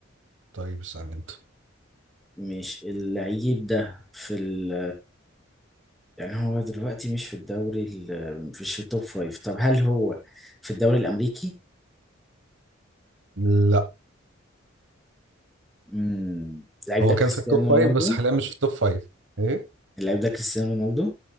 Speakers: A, on the right; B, in the centre.
A: طيب استنى انت
B: مش اللعيب ده في ال... يعني هو دلوقتي مش في الدوري ال... مش في التوب فايف طب هل هو في الدوري الأمريكي؟
A: لا
B: مم. اللعيب
A: هو
B: ده كريستيانو
A: كان في التوب
B: رونالدو
A: فايف بس حاليا مش في التوب فايف ايه
B: اللعيب ده كريستيانو رونالدو